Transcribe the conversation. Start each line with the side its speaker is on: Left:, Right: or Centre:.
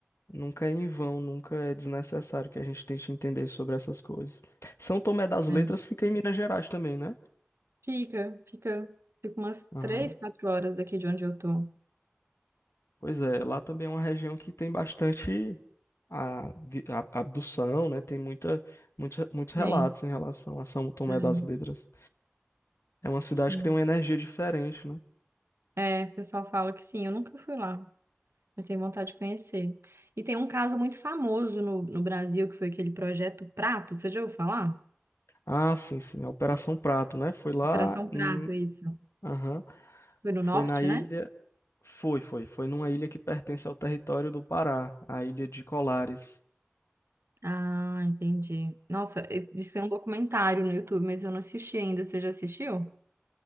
Left: Nunca é em vão, nunca é desnecessário que a gente tente entender sobre essas coisas. São Tomé das Letras
Right: é.
Left: fica em Minas Gerais também, né?
Right: Fica, fica, fica umas
Left: Aham.
Right: três, quatro horas daqui de onde eu tô.
Left: Pois é, lá também é uma região que tem bastante a, vi- a- abdução, né? Tem muita, muita, muitos relatos
Right: Tem.
Left: em relação a São Tomé
Right: É,
Left: das Letras. É uma cidade
Right: sim.
Left: que tem uma energia diferente, né?
Right: É, o pessoal fala que sim, eu nunca fui lá, mas tenho vontade de conhecer. E tem um caso muito famoso no, no Brasil, que foi aquele projeto Prato, você já ouviu falar?
Left: Ah, sim, sim, a Operação Prato, né? Foi lá,
Right: Operação Prato,
Left: hum,
Right: isso.
Left: aham,
Right: Foi no
Left: foi
Right: norte,
Left: na ilha,
Right: né?
Left: foi, foi, foi numa ilha que pertence ao território do Pará, a ilha de Colares.
Right: Ah, entendi. Nossa, é- diz que tem um documentário no YouTube, mas eu não assisti ainda. Você já assistiu?